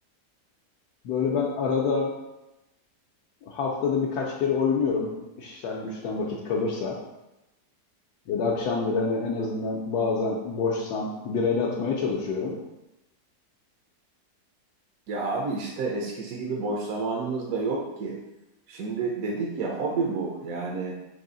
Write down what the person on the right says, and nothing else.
Ya abi işte eskisi gibi boş zamanımız da yok ki. Şimdi dedik ya hobi bu. Yani